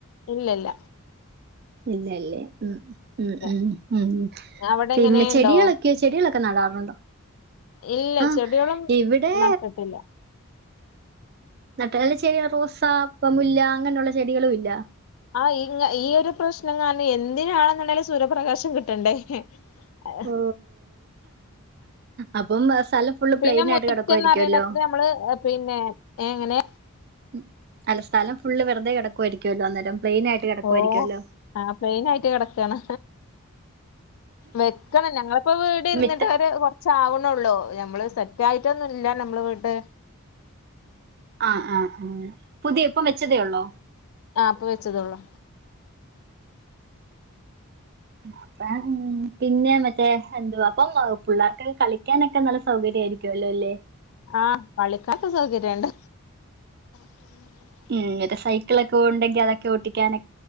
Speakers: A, on the left; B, on the right.
A: ഇല്ലല്ല
B: ഇല്ലല്ലേ ഉ ഉ
A: ഇല്ല
B: ഉ ഉ
A: ഇല്ല അവിടെ
B: പിന്നെ
A: എങ്ങനെയുണ്ടോ
B: ചെടികളൊക്കെ ചെടികളൊക്കെ നടാറുണ്ടോ
A: ഇല്ല
B: ആ
A: ചെടികളും
B: ഇവിടെ
A: നട്ടിട്ടില്ല
B: നട്ടല്ല ചെടിക റോസ പ മുല്ല അങ്ങനെയുള്ള ചെടികളും ഇല്ല
A: ആഹ് ഇ ഈ ഒരു പ്രശ്നം കാരണം എന്തിനാണെന്നുണ്ടെങ്കൽ സൂര്യപ്രകാശം കിട്ടണ്ടേ ആ
B: ഓ അപ്പം സ്ഥലം ഫുള്ള്
A: പിന്നെ
B: പ്ലെയിൻ ആയിട്ട്
A: മുറ്റം
B: കിടക്കുവായിരിക്കുമല്ലോ
A: നറയണത് നമ്മള് പിന്നെ ഏ എങ്ങനെ
B: ഉ അല്ല സ്ഥലം ഫുള് വെറതെ കിടക്കുവായിരിക്കുമല്ലോ അന്നേരം പ്ലെൻ ആയിട്ട് കിടക്കുവായിരിക്കുമല്ലോ
A: ഓ ആഹ് പ്ലെയിന ആയിട്ട് കിടക്കയാണ് വെക്കണം ഞങ്ങളിപ്പോ വീട് ഇരുന്നിട്ട്
B: മിറ്റ
A: അവരെ കൊ റച്ചാവണള്ളൂ നമ്മള് സെറ്റ് ആയിട്ടൊന്നും ഇല്ല നമ്മൾ വീട്ട്
B: ആഹ് ആഹ് ആഹ് പുതിയ ഇപ്പം വെച്ചതേ ഉള്ളോ
A: ആഹ് ഇപ്പൊ വെച്ചതോളൂ
B: അപ്പ ഉം പിന്നെ മറ്റേ എന്തുവാ അപ്പം പിള്ളേർക്കൊക്കെ കളിക്കാനൊ ക്ക നല്ല സൗകര്യായിരിക്കോല്ലോ അല്ലേ
A: ആഹ് പളിക്കാക്കെ സൗകര്യുണ്ട് <inaudible>
B: ഉം ങ്ങൻത്തെ സൈക്കിളൊക്കെ പോവ്ണ്ടെങ്കി അതൊക്കെ ഓട്ടിക്കാനൊ